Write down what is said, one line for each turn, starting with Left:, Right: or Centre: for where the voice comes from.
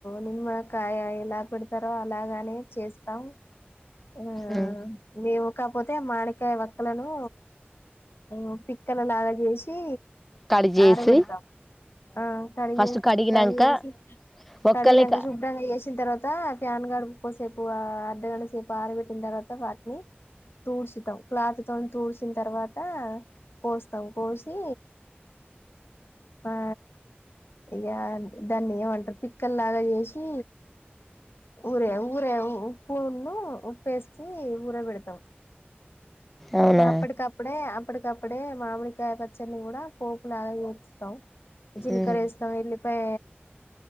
Left: నిను కాయ ఎలా పేడతారో అలాగానే చేస్తాం ఆ
Centre: ఉమ్
Left: మేము కాపోతే మామిడి వక్కలను ఉ పిక్కల లాగా చేసి
Centre: కడి చేసి
Left: ఆరబేడతాం ఆ కడిగేసి
Centre: ఫస్ట్ కడిగినంక
Left: కడిగేసి
Centre: ఒక్కలే
Left: కడిగినంక
Centre: క
Left: శుభ్రంగా చేసిన తర్వాత ఫ్యాన్ కాడా కోసేపు అర్ధగంట సేపు ఆర పెట్టిన తర్వాత వాటిని తూడ్చతాం క్లాత్ తో తూడ్చిన తర్వాత కోస్తాం కోసి ఆ ఇగ దాన్ని ఏమంటారు పిక్కల్ లాగా చేసి ఊరే ఊరే ఉప్పును ఉప్పేసి ఊర బెడతం
Centre: అవునా
Left: అప్పుటికప్పుడే అప్పుటికప్పుడే మామిడి కాయ పచ్చన్నీ కూడా పోప్ లాగా వేస్తాం జీలికర్ర
Centre: ఉమ్
Left: వేస్తాం ఎల్లి పాయ